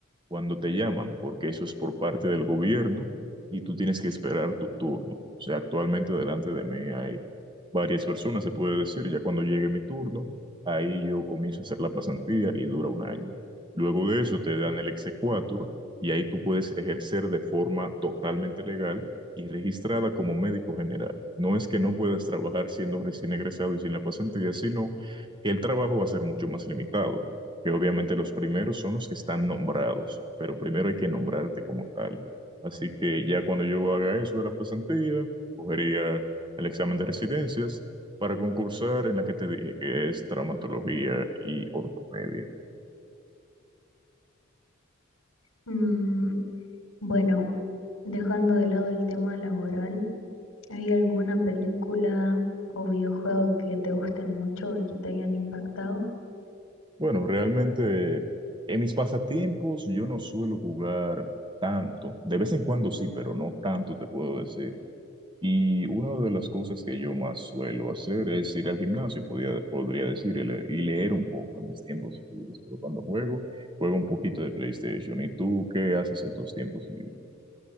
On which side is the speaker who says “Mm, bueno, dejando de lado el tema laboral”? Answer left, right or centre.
Left